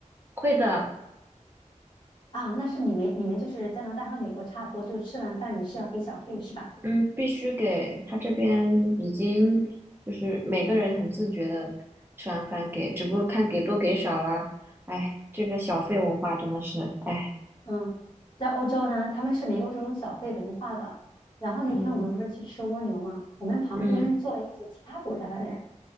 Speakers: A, on the right; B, on the left.
A: 会的。
B: 啊，那是你们你们就是加拿大和美国差不多，就是吃完饭你是要给小费是吧？
A: 嗯，必须给他这边已经就是每个人很自觉的吃完饭给，只不过看给多给少啦。哎，这个小费文化真的是，哎，
B: 嗯，在欧洲呢，他们是没有这种小费文化的。然后那天我们不是去吃蜗牛嘛，
A: 嗯
B: 我们旁边坐了一些其他国家的人，
A: 嗯